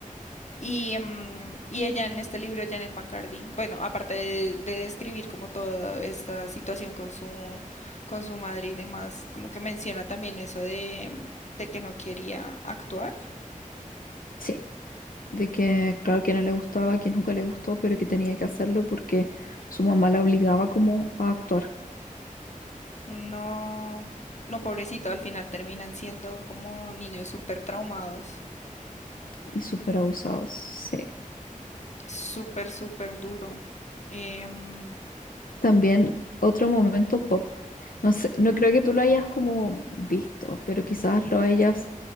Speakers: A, on the left; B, on the left.
A: Y, em, y ella en este libro, Janet McCarthy, bueno, aparte de, de describir como toda esta situación con su, con su madre y demás, como que menciona también eso de, em, de que no quería actuar
B: Sí, de que claro que no le gustaba, que nunca le gustó, pero que tenía que hacerlo porque su mamá la obligaba como a actuar
A: No, no, pobrecito, al final terminan siendo como niños súper traumados,
B: y súper abusados. sí
A: súper, súper duro. Em,
B: También otro momento pop. No sé, no creo que tú lo hayas como visto, pero quizás lo hayas